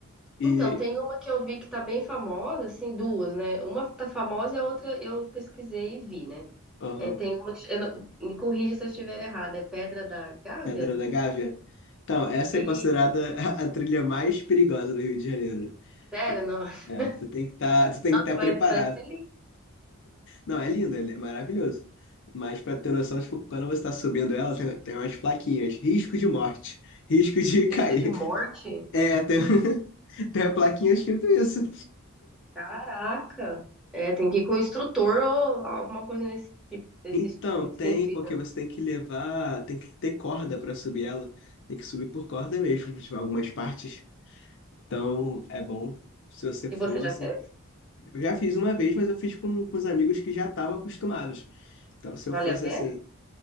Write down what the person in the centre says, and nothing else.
Então, tem uma que eu vi que tá bem famosa, assim, duas, né? Uma tá famosa e a outra eu pesquisei e vi, né?
É, tem uma que eu não- me corrija se eu estiver errada, é Pedra da Gávea?
E,
sério,
não. <laughs>
Nossa,
mas
parece ser lindo.
Risco de morte?
Caraca! É, tem que ir com o instrutor ou alguma coisa nesse tipo, desse,
nesse
sentido.
né?
E você já fez?
Vale
a pena?